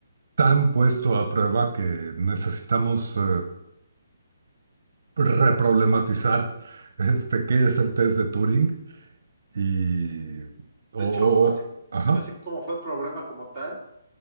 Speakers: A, on the right (about 60°); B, in the centre.
A: tan puesto a prueba que necesitamos eh, reproblematizar este, qué es el test de Turing y, o-
B: De
A: o-
B: hecho, así,
A: o- ajá,
B: así como fue el problema como tal,